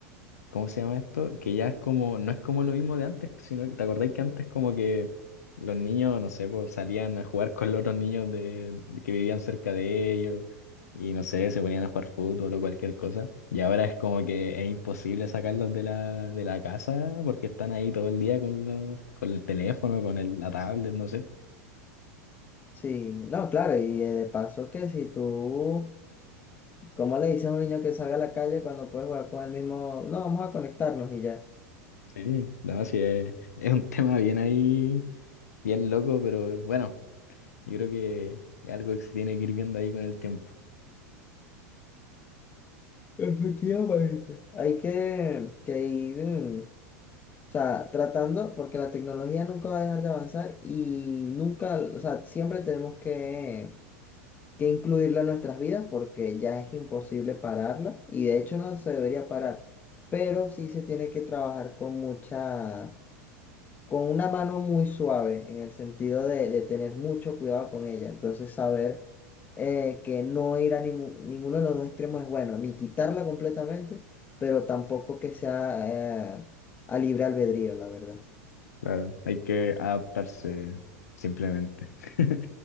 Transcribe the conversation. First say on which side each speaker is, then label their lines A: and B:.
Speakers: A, on the left (about 80°); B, on the left (about 20°).
A: ¿cómo se llama esto? Que ya es como, no es como lo mismo de antes, sino que, ¿te acordáis que antes como que los niños, no sé, pues salían a jugar con los otros niños de, de que vivían cerca de ellos y no sé, se ponían a jugar fútbol o cualquier cosa? Y ahora es como que es imposible sacarlos de la, de la casa porque están ahí todo el día con, los- con el teléfono, con el, la tablet, no sé.
B: Sí, no, claro, y eh, de paso que si tú, ¿cómo le dices a un niño que salga a la calle cuando puedes jugar con el mismo? No, vamos a conectarnos y ya.
A: Sí, no, sí, es, es un tema bien ahí, bien loco, pero bueno, yo creo que es algo que se tiene que ir viendo ahí con el tiempo.
B: Efectivamente. Hay que, que ir, mm, O sea, tratando, porque la tecnología nunca va a dejar de avanzar y nunca, o sea, siempre tenemos que, que incluirla en nuestras vidas porque ya es imposible pararla y de hecho no se debería parar, pero sí se tiene que trabajar con mucha, con una mano muy suave en el sentido de, de tener mucho cuidado con ella. Entonces, saber eh, que no ir a ningún- ninguno de los dos extremos es bueno, ni quitarla completamente, pero tampoco que sea eh, a libre albedrío, la verdad.
A: Claro, hay que adaptarse simplemente. <laughs>